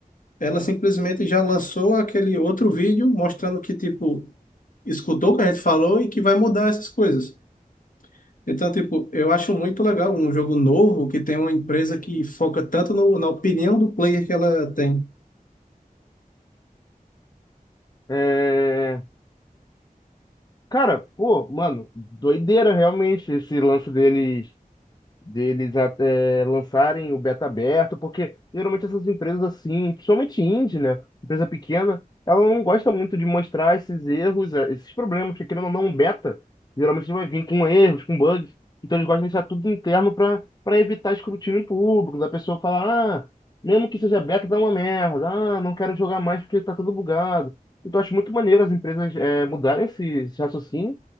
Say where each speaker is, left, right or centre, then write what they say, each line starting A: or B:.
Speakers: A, on the left; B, on the left.
A: ela simplesmente já lançou aquele outro vídeo mostrando que, tipo, escutou o que a gente falou e que vai mudar essas coisas. Então, tipo, eu acho muito legal um jogo novo que tem uma empresa que foca tanto no- na opinião do player que ela tem.
B: É... Cara, pô, mano, doideira realmente esse lance deles deles até lançarem o beta aberto, porque geralmente essas empresas assim, principalmente indie, né? Empresa pequena, ela não gosta muito de mostrar esses erros, eh, esses problemas, porque querendo ou não, um beta geralmente vai vir com erros, com bugs, então eles gostam de deixar tudo interno para para evitar escrutínio público, da pessoa falar, ah, mesmo que seja beta, dá uma merda, ah, não quero jogar mais porque tá tudo bugado. Então, eu acho muito maneiro as empresas eh, mudarem esse, esse raciocínio